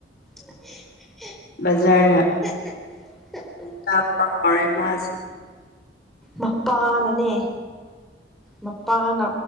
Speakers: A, in the centre; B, on the left.
A: <inaudible>
B: ꯕꯖꯥꯔꯗ
A: <inaudible> <unintelligible>
B: ꯀꯥ ꯄꯥꯔ ꯑꯦ ꯃꯥꯁꯤ <unintelligible>
A: ꯃꯄꯥꯅꯅꯦ ꯃꯄꯥꯅ